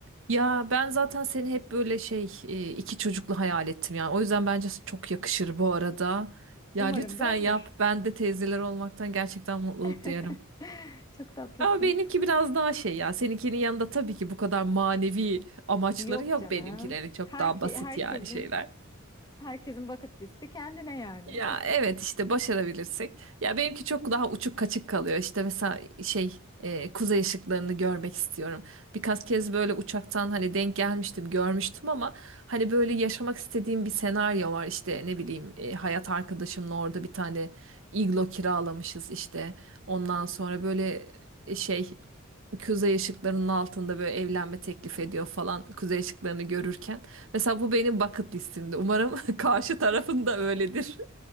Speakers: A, on the right; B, on the left.
A: Ya ben zaten seni hep böyle şey e, iki çocuklu hayal ettim yani. O yüzden bence çok yakışır bu arada. Ya
B: Umarım
A: lütfen
B: da olur.
A: yap. Ben de teyzeler olmaktan gerçekten mutluluk
B: <laughs>
A: duyarım.
B: Çok tatlısın.
A: Ama benimki biraz daha şey ya. Seninkinin yanında tabii ki bu kadar manevi amaçları
B: Yok
A: yok
B: canım.
A: benimkilerin. Çok
B: Herke
A: daha basit
B: herkesin
A: yani şeyler.
B: herkesin bucket listi kendine yani.
A: Ya evet işte başarabilirsek. Ya benimki çok daha uçuk kaçık kalıyor. İşte mesela şey e, kuzey ışıklarını görmek istiyorum. Birkaç kez böyle uçaktan hani denk gelmiştim, görmüştüm ama hani böyle yaşamak istediğim bir senaryo var. İşte ne bileyim e, hayat arkadaşımla orada bir tane iglo kiralamışız işte. Ondan sonra böyle e, şey kuzey ışıklarının altında böyle evlenme teklif ediyor falan kuzey ışıklarını görürken. Mesela bu benim bucket listimde. Umarım <laughs> karşı tarafın da öyledir.